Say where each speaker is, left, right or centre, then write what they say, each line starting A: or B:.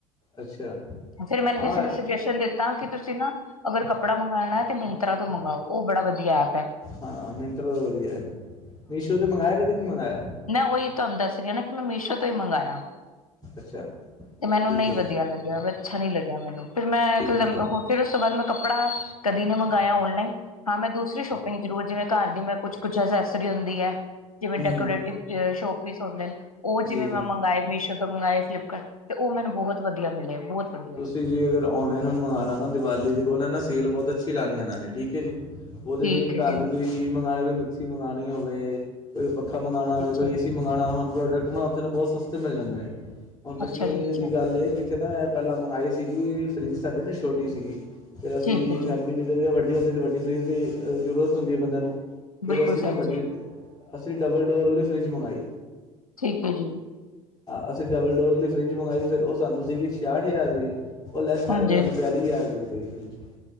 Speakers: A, on the left (about 25°); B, on the left (about 90°).
A: ਅੱਛਾ
B: ਫਿਰ ਮੈਨੂੰ
A: ਹਾਂ
B: ਕਿਸੇ ਨੂੰ ਦਿੱਤਾ ਕਿ ਤੁਸੀਂ ਨਾ ਅਗਰ ਕੱਪੜਾ ਮੰਗਉਣਾ ਹੈ, ਤੇ ਮਿੰਤਰਾਂ ਤੋਂ ਮੰਗਵਾਓ ਉਹ ਬੜਾ ਵਧੀਆ ਐ।
A: ਹਾਂ ਮਿੰਤਰਾ ਦਾ ਵਧੀਆ, ਮੀਸ਼ੋ ਤੇ ਮੰਗਵਾਇਆ ਕਦੀ ਕਿ ਨਹੀਂ ਮੰਗਾਇਆ।
B: ਮ ਉਹੀ ਤੁਹਾਨੂੰ ਦੱਸ ਰਹੀ ਨਾ ਕਿ, ਮੈਂ ਮੀਸ਼ੋ ਤੋਂ ਹੀ ਮੰਗਾਇਆ।
A: ਅੱਛਾ
B: ਤੇ ਮੈਨੂੰ
A: ਠੀਕ
B: ਨਹੀਂ
A: ਹੈ
B: ਵਧੀਆ
A: ਜੀ
B: ਲੱਗਿਆ, ਅੱਛਾ ਨੀ ਲੱਗਿਆ ਮੈਨੂੰ ਫਿਰ ਮੈਂ
A: ਠੀਕ ਹੈ ਜੀ
B: ਫਿਰ ਉਸ ਤੋਂ ਬਾਅਦ ਮੈਂ ਕੱਪੜਾ ਕਦੀ ਨੇ ਮੰਗਵਾਇਆ ਔਨਲਾਈਨ। ਹਾਂ ਮੈਂ ਦੂਸਰੀ ਸ਼ੋਪਿੰਗ ਜ਼ਰੂਰ ਜਿਵੇਂ ਘਰ ਦੀ ਮੈਂ ਕੁਛ-ਕੁਛ ਅਸੈਸਰੀ ਹੁੰਦੀ ਹੈ। ਜਿਵੇਂ
A: ਹਮ
B: ਡੈਕੋਰੇਟਿ
A: ਹਮ
B: ਸ਼ੋਪੀਸ ਹੁੰਦੇ ਨੇ, ਉਹ ਜਿਵੇਂ
A: ਜੀ ਜੀ
B: ਮੈਂ ਮੰਗਵਾਏ ਮੀਸ਼ੋ ਮੰਗਵਾਏ ਫਲਿੱਪਕਾਰਟ ਤੇ ਉਹ ਮੈਨੂੰ ਬਹੁਤ ਵਧੀਆ ਮਿਲੇ ਬਹੁਤ ਵਧੀਆ
A: ਤੁਸੀਂ ਜੀ ਅਗਰ ਔਨਲਾਈਨ ਮੰਗਉਣਾ ਨਾ ਦੀਵਾਲੀ ਦੇ ਕੋਲ ਨਾ ਸੇਲ ਬਹੁਤ ਅੱਛੀ ਲਾਣੀ ਇਹਨਾਂ ਨੇ ਠੀਕ ਹੈ ਜੀ। ਉਹਦੇ
B: ਠੀਕ
A: ਜ
B: ਹੈ
A: ਘਰ
B: ਜੀ
A: ਦੀ ਕੋਈ ਚੀਜ਼ ਮੰਗਾਲੇ ਕੋਈ ਮਿਕਸੀ ਮੰਗਉਣੀ ਹੋਵੇ, ਕੋਈ ਪੱਖਾ ਮੰਗਾਣਾ ਹੋਵੇ,
B: ਅੱਛਾ
A: ਕੋਈ ਏਸੀ ਮੰਗਾਣਾ ਹੋਏ ਹੋਰ ਪ੍ਰੋਡਕਟ ਨਾ ਉੱਥੇ ਨੂੰ ਬਹੁਤ ਸਸਤੇ ਮਿਲ ਜਾਂਦੇ ਨੇ। ਹੁਣ ਪਿਛਲੀ
B: ਅੱਛਾ ਜੀ ਅੱਛਾ
A: ਦੀ ਗੱਲ ਇਹ ਪਿੱਛੇ ਨਾ ਮੈਂ ਪਹਿਲਾਂ ਮੰਗਾਈ ਸੀਗੀ ਫਰਿੱਜ ਸਾਡੀ ਨਾ ਛੋਟੀ ਸੀਗੀ। ਫਿਰ ਅਸੀਂ
B: ਠੀਕ ਹੈ ਜੀ
A: ਫੈਮਿਲੀ ਜਿੱਦੋਂ ਜਿਵੇਂ ਵੱਡੀ ਹੁੰਦੀ ਤਾਂ ਵੱਡੀ ਫਰੀਜ਼ ਦੀ ਜ਼ਰੂਰਤ ਹੁੰਦੀ ਬੰਦੇ ਨੂੰ। ਫਿਰ
B: ਬਿਲਕੁਲ
A: ਅਸੀਂ
B: ਸਹੀ
A: ਨਾ ਵੱਡੀ,
B: ਜੀ
A: ਅਸੀਂ ਡਬਲ ਡੋਰ ਵਾਲੀ ਫਰਿਜ ਮੰਗਾਈ।
B: ਠੀਕ ਏ ਜੀ।
A: ਹਾਂ ਅਸੀਂ ਡਬਲ ਡੋਰ ਲਈ ਫਰਿਜ ਮੰਗਈ ਫਿਰ ਉਹ ਸਾਨੂੰ ਸੀਗੀ ਛਿਆਹਠ ਹਜ਼ਾਰ ਰੁਪਏ ਦੀ। ਉਹ ਲੈਸ
B: ਹਾਂਜੀ
A: ਕਰਕੇ ਤੁਹਾਨੂੰ ਬਿਆਲੀ ਹਜ਼ਾਰ ਰੁਪਏ ਦੀ ਪਈ ਫਰਿਜ,